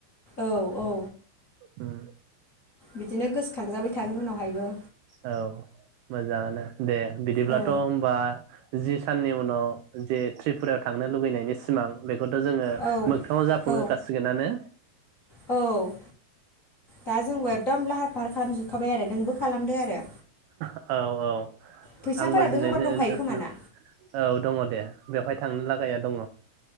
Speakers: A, on the left; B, on the right.
A: औ औ।
B: उम।
A: बिदिनो गोसोखांजाबाय थागोन उनाव। आयबो।
B: औ मोजांआनो। दे बिदिब्लाथ'
A: औ
B: होमबा जि साननि उनाव जे त्रिपुरायाव। थांनो लुगैनायनि सिमां बे। थ' जोङो
A: औ
B: मोगथाङाव जाफुंहोखासिगोनानो।
A: औ औ दा जोंबो एबदाम लाहार। आफार खालामजोबखाबाय आरो नोंबो खालामदो आरो।
B: औ औ।
A: फैसाफोराथ'
B: आंबो जिनै
A: जगार
B: <unintelligible>
A: दंखायो खोमाना
B: औ दङ दे। बेवहाय थांनो लागाया दङ।